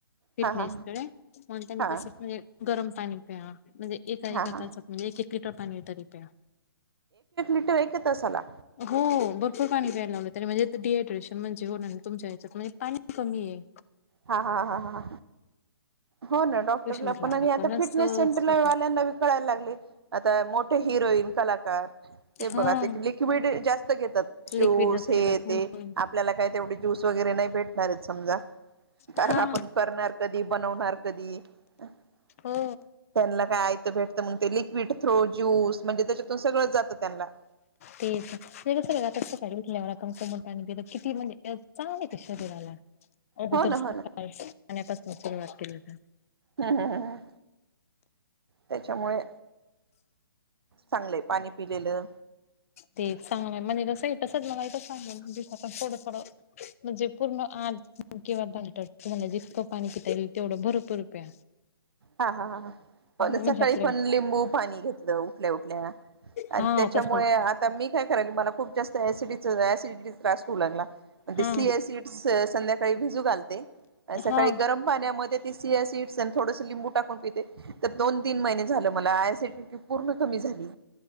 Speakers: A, on the left; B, on the right.
A: फिटनेसकडे
B: हा हा
A: म्हणतो मी
B: हा
A: तसच
B: हा
A: म्हणजे गरम पाणी प्या म्हणजे एका एका
B: हा हा
A: तासात म्हणजे एक एक लिटर पाणी तरी प्या.
B: एका एका तासाला
A: हो भरपूर पाणी प्याय लावलं त्यानी म्हणजे डिहायड्रेशन म्हणजे होणार नाही तुमच्या ह्याच्यात म्हणज पानी कमी ये.
B: हा हा हा हा हो ना डॉक्टरला
A: तशी म्हटलं
B: पण आणि
A: आपणच
B: आता फिटनेस
A: होतो
B: सेंटरला वाल्यांना बी कलायला लागलय आता मोठे हिरोईन कलाकार ते
A: हा.
B: बघा ते लिक्विड जास्त घेतात शूस
A: लिक्विड जास्त
B: हे
A: घेतात म्हणून
B: ते आपल्याला काय तेवढे ज्यूस वगैरे नाही भेटणार येत समजा. कारण
A: हा
B: आपण करणार कधी बनवणार कधी त्यांना
A: हो
B: आयत भेटत म्हणून ते लिक्विड थ्रो ज्यूस म्हणजे त्याच्यातून सगळं जातं त्यांनला
A: तेच ना म्हणजे कसं ना आपण सकाळी उठल्यावर आपण कोमट पाणी पितो किती म्हणजे या चांगलय ते शरीराला अगोदर
B: हो ना हो
A: पाण्या
B: ना
A: पासून सुरुवात केली तर
B: ह ह ह ह त्याच्यामुळे चांगलंय पाणी पिलेलं
A: तेच चांगलंय म्हणजे कस नाय तसच मला इथ सांगल म्हनजेचं थोडं थोडं म्हणजे पूर्ण आत किंवा डाक्टर तुम्हाला जितकं पाणी पिता येईल तेवढं भरपूर प्या.
B: हा हा हा हा
A: म्हणजे
B: हो ना सकाळी
A: आपलं
B: पण लिंबू पाणी घेतलं उठल्या उठल्या आणि
A: हा
B: त्याच्यामुळे
A: तसच
B: आता मी काय करायलय मला खूप जास्त ऍसिडिचं ऍसिडिटी ची त्रास होऊ लागला. मंग ते
A: हा
B: सीया सिड्स संध्याकाळी भिजू घालते. सकाळी
A: हा
B: गरम पाण्यामध्ये ती सिया सिड्स स थोडस लिंबू टाकून पिते तर दोन तीन महिने झालं मला ऍसिडिटी पूर्ण कमी झाली.